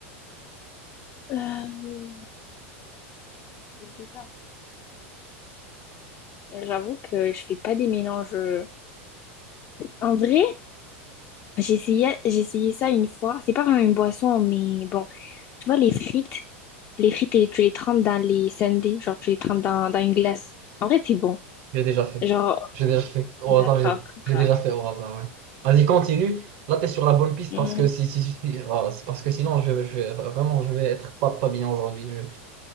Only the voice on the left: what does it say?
Euh, c'est bizarre. J'avoue que je fais pas des mélanges. euh. En vrai, j'ai essayé, j'ai essayé ça une fois. C'est pas vraiment une boisson, mais bon. Tu vois, les frites, les frites, et tu les trempes dans les sundaes. Genre, tu les trempes dans, dans une glace. En vrai, c'est bon.
Genre,
d'accord.
d'accord.
Ok.